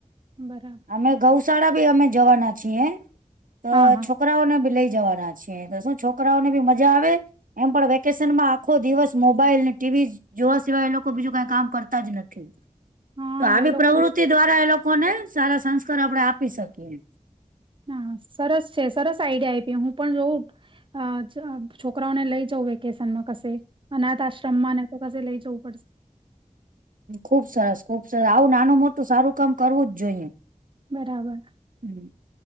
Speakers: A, on the right (about 35°); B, on the right (about 75°).
A: બરાબર
B: અમે ગૌશાળા ભી અમે જવાના છીએ તો
A: હા
B: છો.
A: હા
B: છોકરાઓ ને બી લઈ જવાના છી તો શું છોકરાઓ ને બી મજા આવે. એમ પણ વેકેશન માં આખો દિવસ મોબાઈલ ટીવી જોવા સિવાય એ લોકો બીજું કઈ કામ કરતા જ નથી. તો
A: હા
B: આવી
A: એ લોકો
B: પ્રવૃતિ દ્વારા એ લોકોને સારા સંસ્કાર આપડે આપી શકીએ.
A: હા સરસ છે સરસ આઈડિયા આપી હું પણ જોઉં અ છોકરાઓને લઈ જઉ વેકેશનમાં કશે. અનાથ આશ્રમમાંના કસ લઈ જવું પડશે.
B: ખુબ સરસ ખુબ સરસ આવું નાનું મોટું સારું કામ કરવું જ જોઈએ.
A: બરાબર
B: હ